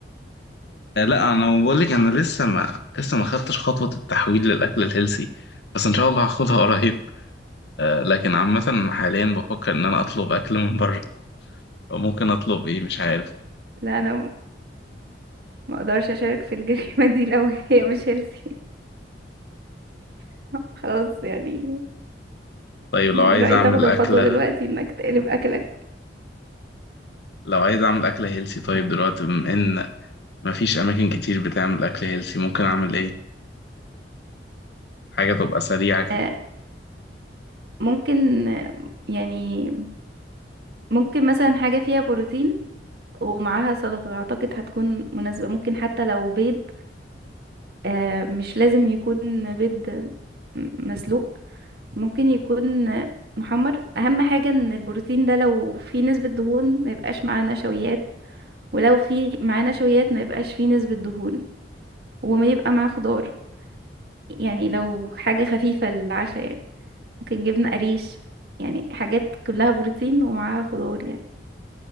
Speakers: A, on the left (about 65°); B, on the right (about 60°).
A: آه، لا انا بقول لك انا لسه ما لسه ما خدتش خطوه التحويل للاكل الهيلثي بس ان شاء الله هاخدها قريب آه، لكن عامه حاليا بفكر ان انا اطلب اكل من بره ممكن اطلب ايه مش عارف
B: لا انا م- ما اقدرش اشارك في الجريمة دي <laughs> لو هي مش هيلثي <laughs> خلاص يعني
A: طيب لو
B: انا
A: عايز
B: من رأيي
A: اعمل
B: تاخد الخطوة
A: اكله
B: دلوقتي انك تقلب اكلك
A: لو عايز اعمل اكله هيلثي طيب دلوقتي بما ان مفيش اماكن كتير بتعمل اكل هيلثي ممكن اعمل ايه حاجه تبقى سريعه
B: آه
A: كده
B: ممكن آه، يعني ممكن مثلا حاجة فيها بروتين ومعاها سلطة أعتقد هتكون مناسبة ممكن حتى لو بيض آه، مش لازم يكون بيض مسلوق ممكن يكون محمر أهم حاجة إن البروتين ده لو فيه نسبة دهون ما يبقاش معاه نشويات ولو فيه معاه نشويات ما يبقاش فيه نسبة دهون وما يبقى معاه خضار يعني لو حاجة خفيفة للعشاء يعني ممكن جبنة قريش يعني حاجات كلها بروتين ومعاها خضار